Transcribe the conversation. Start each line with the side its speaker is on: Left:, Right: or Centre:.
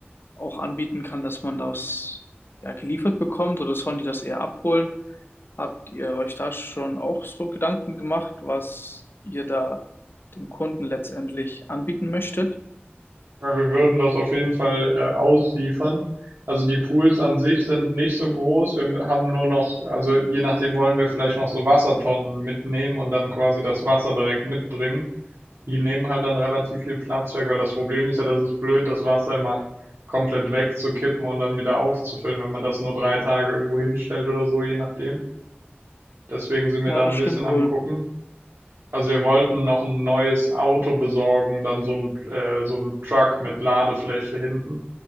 Left: auch anbieten kann, dass man das ja geliefert bekommt oder sollen die das eher abholen? Habt ihr euch da schon auch so Gedanken gemacht, was ihr da dem Kunden letztendlich anbieten möchtet?
Right: Weil wir würden das auf jeden Fall, äh, ausliefern. Also, die Pools an sich sind nicht so groß. Wir haben nur noch also, je nachdem wollen wir vielleicht noch so Wassertonnen mitnehmen und dann quasi das Wasser direkt mitbringen. Die nehmen halt dann relativ viel Platz weg, weil das Problem ist ja, das ist blöd, das Wasser immer komplett wegzukippen und dann wieder aufzufüllen, wenn man das nur drei Tage irgendwo hinstellt oder so, je nachdem. Deswegen sind wir
Left: Ja,
Right: da
Left: das
Right: ein bisschen
Left: stimmt wohl.
Right: am gucken. Also wir wollten noch ein neues Auto besorgen und dann so ein, äh, so ein Truck mit Ladefläche hinten